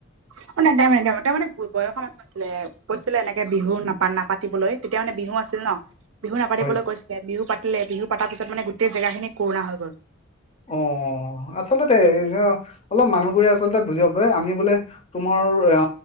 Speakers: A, on the right; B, on the left.
A: <unintelligible> ছিলে কৈছিলে এনেকে বিহু নাপা নাপাতিবলৈ, তেতিয়া মানে বিহু আছিল ন। বিহু নাপাতিবলৈ
B: হয়
A: কৈছিলে, বিহু পাতিলে বিহু পাতাৰ পিছত মানে গোটেই জেগাখিনি কৰুণা হৈ গ'ল।
B: অ, আচলতে অলপ মানুহবোৰে আচলতে বুজিব পাৰে আমি বোলে, তোমাৰ অ